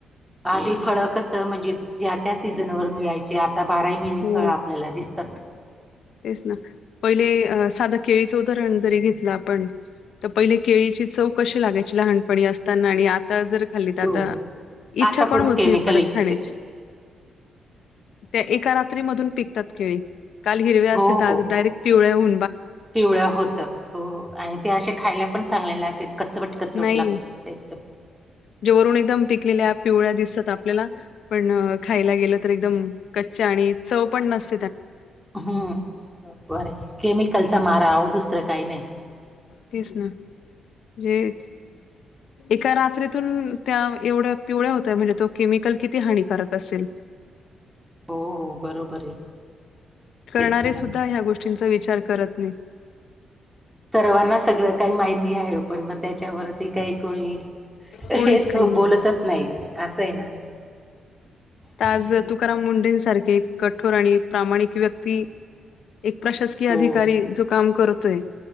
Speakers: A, in the centre; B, on the left (about 70°).
A: आधी फळ कस म्हणजे ज्या तत्या सीझनमध्ये मिळायचे. आता बाराही महिने
B: हो
A: फळ आपल्याला दिसतात.
B: तेच ना पहिले साध केळीच उदाहरण जरी घेतले आपण पहिली केळीची चव कशी लागयची लहानपणी असताना आणि आता जर खाल्ली तर आता
A: हो
B: इच्छा
A: आता पूर्ण
B: पण होत
A: केमिकल
B: नाही परत
A: युक्त
B: खाण्याची.
A: आहे.
B: त्या एका रात्री मधून पिकतात केळी का ल हिरव्या
A: हो
B: असल
A: हो
B: डायरेक्ट पिवळ्या होऊ
A: पिवळ्या होतात. हो आणि ते असे खायला पण चांगले.. कचवट कचवट
B: नाही
A: लागत एकदम.
B: जे वरून एकदम पिकलेल्या पिवळ्या दिसत आपल्याला पण ण खायला गेल तर एकदम कच्च्या आणि चव पण नस
A: हम्म ब बर केमिकलचा मारा हहो दुसर काही नाही.
B: तेच ना म्हणजे
A: ह्
B: एका रात्रीतून त्या एवढ्या पिवळ्या होत्या म्हणजे तो केमिकल किती हानिकारक असेल, हम्
A: हो हो बरोबर आहे.
B: करणारे
A: तेच ना
B: सुुद्धा ह्या गोष्टींचा विचार करत नाही.
A: सर्वांना सगळ काही माहिती आहे पण मग त्याच्यावरती काही कोणी हेच.
B: कोणीच काही नाही.
A: बोलतच नाही अस आहे ना, हम्म.
B: आज तुकाराम मुंढें सारखे, एक कठोर आणि प्रामाणिक व्यक्ती एक प्रशासकीय
A: हो
B: अधिकारी जो काम करतोय